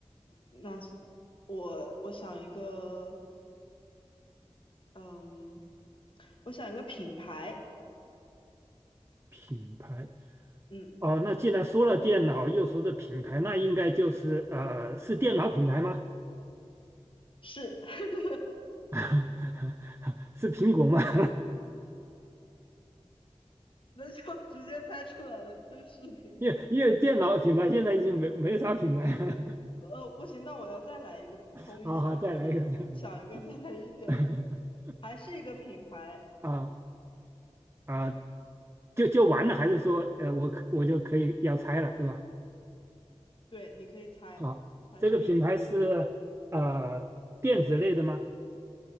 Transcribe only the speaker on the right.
品牌。
哦，那既然说了电脑，又说的品牌，那应该就是呃，是电脑品牌吗？
<laughs> 是苹果吗？<laughs>
因为因为电脑品牌现在已经没没啥品牌了
<laughs> 好好，再来一个，
再来一个。<laughs>
啊啊，就就完了，还是说呃，我可我就可以要拆了，是吧？
好，
这个品牌是呃电子类的吗？